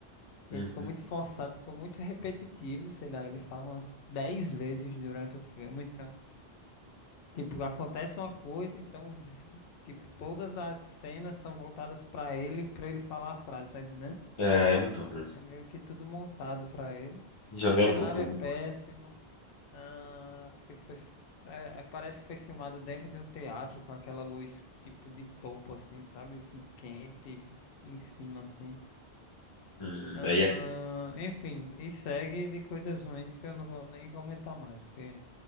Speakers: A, on the left; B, on the left.
A: E
B: Uhum.
A: aí ficou muito forçado, ficou muito repetitivo, sei lá, ele fala umas 10 vezes durante o filme, então, tipo, acontece uma coisa, então, vi- tipo, todas as cenas são voltadas pra ele, pra ele falar a frase, tá entendendo?
B: É, é muito ruim.
A: É meio que tudo montado pra ele.
B: Jogando
A: Cenário
B: pro público.
A: é péssimo. Ah, porque foi. é, é, parece que foi filmado dentro de um teatro com aquela luz tipo de topo, assim, sabe? Quente em cima, assim.
B: Hum,
A: Ah,
B: aí é ruim.
A: enfim, e segue de coisas ruins que eu não vou nem comentar mais, porque